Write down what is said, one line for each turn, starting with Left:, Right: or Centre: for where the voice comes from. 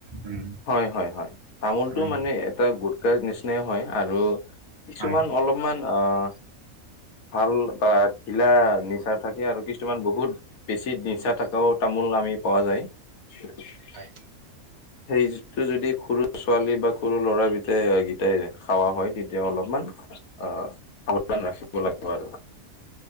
Right: উম,
Left: হয়, হয়, হয়, তামোলটো
Right: উম,
Left: মানে এটা গুতকাৰ নিচিনাই হয় আৰু কিছুমান
Right: হয়।
Left: অলপ মান অ', ভাল বা ধিলা নিচা থাকে আৰু কিছুমান বহুত বেছি নিচা থকাও তামোল আমি পোৱা যায়। <unintelligible>
Right: হয়।
Left: সেইটো যদি সৰু ছোৱালী বা সৰু ল'ৰাৰ কেইটাই খাৱা হয় তেতিয়া অলপমান অ' সাৱধান ৰাখিব লাগিব আৰু।